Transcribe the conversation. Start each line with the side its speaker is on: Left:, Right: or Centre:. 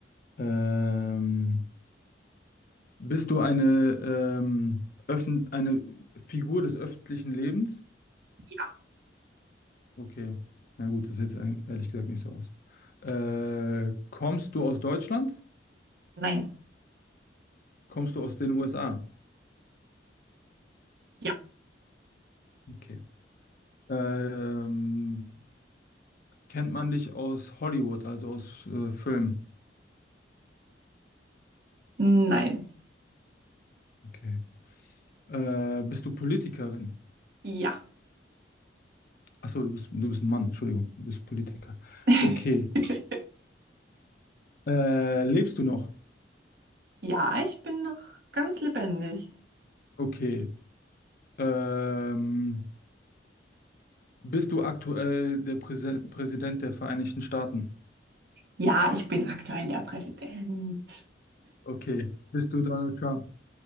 Left: Äh, ähm, bist du eine, ähm, öffn eine Figur des öffentlichen Lebens?
Right: Ja,
Left: Okay. Na gut, das sieht jetzt eig- ehrlich gesagt nicht so aus. Äh, kommst du aus Deutschland?
Right: nein,
Left: Kommst du aus den USA?
Right: ja,
Left: Okay. Ähm, kennt man dich aus Hollywood, also aus äh, Filmen?
Right: nein,
Left: Okay. Äh, bist du Politikerin?
Right: ja.
Left: Achso, du bist, du bist ein Mann, Entschuldigung, du bist Politiker.
Right: <laughs>
Left: Okay. Äh, lebst du noch?
Right: Ja, ich bin noch ganz lebendig.
Left: Okay. Ähm, bist du aktuell der Präse Präsident der Vereinigten Staaten?
Right: Ja, ich bin aktuell der Präsident.
Left: Okay. Bist du Donald Trump?